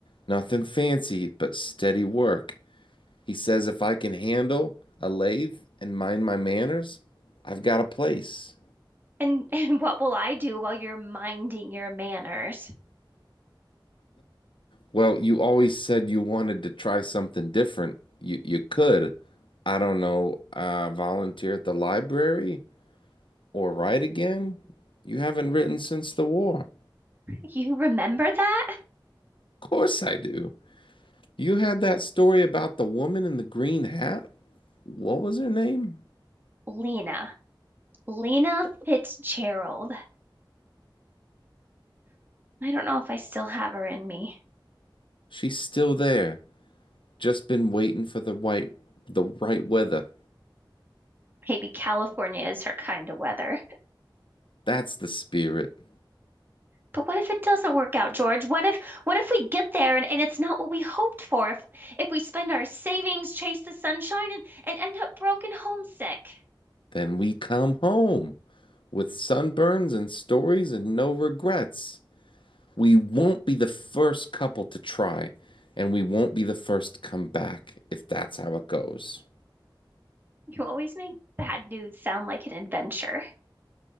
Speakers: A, on the left; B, on the right.
A: Nothing fancy, but steady work. He says if I can handle a lathe and mind my manners, I've got a place.
B: and <laughs> and what will I do while you're minding your manners?
A: Well, you always said you wanted to try something different. You you could, I don't know, uh, volunteer at the library or write again. You haven't written since the war.
B: You remember that?
A: Of course I do. You had that story about the woman in the green hat? what was her name?
B: Lena. Lena Fitzgerald. I don't know if I still have her in me.
A: She's still there. Just been waiting for the white the right weather.
B: Maybe California is her kind of weather.
A: That's the spirit.
B: But what if it doesn't work out, George? What if what if we get there and, and it's not what we hoped for? If if we spend our savings, chase the sunshine, and, and end up broken homesick.
A: Then we come home with sunburns and stories and no regrets. We won't be the first couple to try, and we won't be the first to come back if that's how it goes.
B: You always make bad news sound like an adventure.